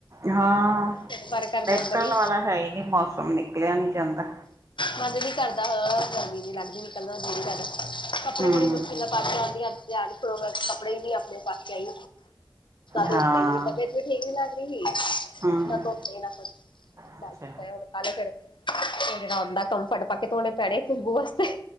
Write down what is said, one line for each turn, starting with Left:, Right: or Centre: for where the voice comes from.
Right: ਹਾਂ,
Left: ਪਰ ਕਰਦੇ
Right: ਨਿਕਲਣ
Left: ਅੰਦਰ ਹੀ
Right: ਵਾਲਾ ਹੈ ਹੀ ਨੀ ਮੌਸਮ ਨਿਕਲਿਆ ਨੀ ਜਾਂਦਾ।
Left: ਮਣ ਨੀ ਕਰਦਾ ਗਰਮੀ ਦੀ ਲੱਗ ਹੀ ਨਿਕਲਣਾ ਜਿਹੜੀ ਕਪੜੇ
Right: ਹਮ
Left: ਬੜੀ ਮੁਸ਼ਕਿਲ ਪਾਸ ਆਉਂਦੀਆਂ ਧਿਆਨ ਖੋ ਕੱਪੜੇ ਨੀ ਆਪਣੇ ਪਾ ਕੇ ਆਈ ਧੋਤੇ
Right: ਹਾਂ
Left: ਵੀ ਨੀ ਮਸ਼ੀਨ ਵੀ ਲਾਗ ਰਹੀ ਸੀ,
Right: ਹਮ
Left: ਨਾ ਧੋਤੇ ਨਾ ਕੁੱਛ
Right: ਅੱਛਾ
Left: ਬਾਲਟੀ ਚ ਪਏ ਹੁਣ ਕੱਲ ਫੇਰ ਉਹ ਜਿਹੜਾ ਆਉਂਦਾ ਕੰਫਰਟ ਪਾ ਕੇ ਧੋਣੇ ਪੈਣੇ ਖੁਸ਼ਬੂ ਵਾਸਤੇ।